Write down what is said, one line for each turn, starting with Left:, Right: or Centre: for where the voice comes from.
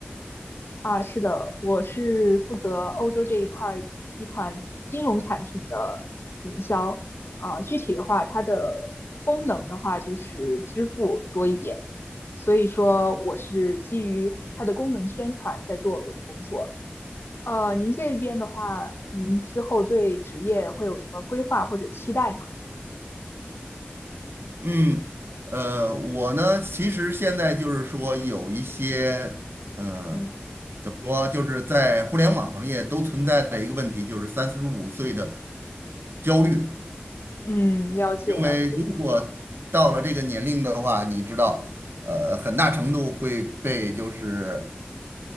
Left: 啊，是的，我是负责欧洲这一块儿一款金融产品的营销。啊，具体的话，它的功能的话就是支付多一点，所以说我是基于它的功能宣传在做我的工作。呃，您这边的话，您之后对职业会有什么规划或者期待吗？
Right: 嗯，呃，我呢，其实现在就是说有一些，呃，
Left: 嗯。
Right: 怎么说啊，就是在互联网行业都存在的一个问题，就是三十五岁的焦虑。
Left: 嗯，了解了解。
Right: 因为如果到了这个年龄的话，你知道，呃，很大程度会被就是